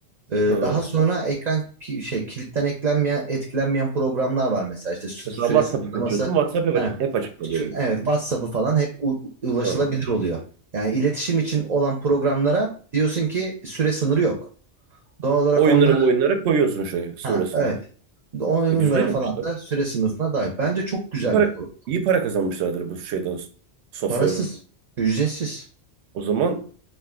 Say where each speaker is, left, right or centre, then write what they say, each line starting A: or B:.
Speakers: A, on the right; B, on the right.
A: Ee,
B: Ha.
A: daha sonra ekran ki- şey kilitten eklenmeyen etkilenmeyen programlar var mesela işte sü-
B: Mesela
A: süre
B: WhatsApp'ı
A: sınırlaması.
B: seçiyorsun. WhatsApp hep,
A: He.
B: açık, hep açık kalıyor
A: Sü-
B: gibi.
A: Evet, WhatsApp'ı falan hep u- ulaşılabilir
B: Ha.
A: oluyor. Yani iletişim için olan programlara diyorsun ki süre sınırı yok. Doğal olarak
B: Oyunları
A: onlara
B: oyunlara koyuyorsun şey sonrasında.
A: ha, evet. Onlara
B: E, güzel
A: falan
B: yapmışlar.
A: da süre sınırına dahil. Bence çok güzel
B: İyi para,
A: bir program.
B: iyi para kazanmışlardır bu şeyden, software'dan.
A: Parasız, ücretsiz.
B: O zaman